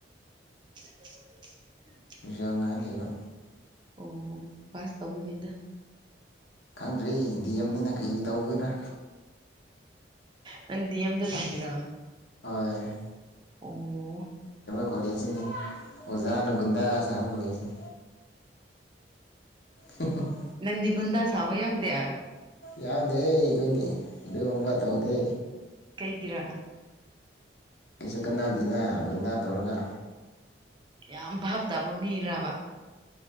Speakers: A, on the right (about 25°); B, on the left (about 65°).
A: <unintelligible>
B: ꯔꯤꯖꯜ ꯉꯥꯏ ꯂꯩꯕ
A: ꯑꯣ ꯄꯥꯁ ꯇꯧꯒꯅꯤꯗ
B: ꯈꯪꯗ꯭ꯔꯦ ꯗꯤꯑꯦꯝꯅꯤꯅ ꯀꯩ ꯇꯧꯒꯗꯔ꯭ꯥ
A: ꯅꯪ ꯗꯤꯑꯦꯝꯗ ꯇꯝꯃꯤꯔꯣ
B: ꯍꯣꯏ
A: ꯑꯣ
B: ꯀꯣꯂꯤꯁꯤꯅ ꯑꯣꯖꯥꯅ ꯒꯨꯟꯗꯥ ꯁꯥꯕ ꯀꯣꯂꯦꯁꯅꯤ ꯍ ꯍꯣ
A: ꯅꯪꯗꯤ ꯒꯨꯟꯗꯥ ꯁꯥꯕ ꯌꯥꯎꯗꯦ
B: ꯌꯥꯎꯗꯦ ꯑꯈꯣꯏꯗꯤ ꯑꯗꯨꯒꯨꯝꯕ ꯇꯧꯗꯦ
A: ꯀꯩꯒꯤꯔ
B: ꯀꯩꯁꯨ ꯀꯅꯥꯗꯦꯗ ꯒꯨꯟꯗ ꯇꯧꯔꯒ
A: ꯌꯥꯝ ꯚꯥꯞ ꯇꯥꯕ ꯃꯤꯔꯕ